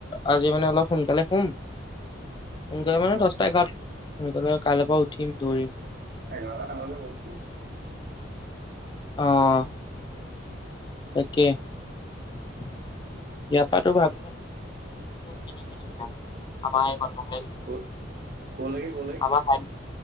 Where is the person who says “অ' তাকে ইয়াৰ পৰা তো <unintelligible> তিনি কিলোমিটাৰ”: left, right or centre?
Left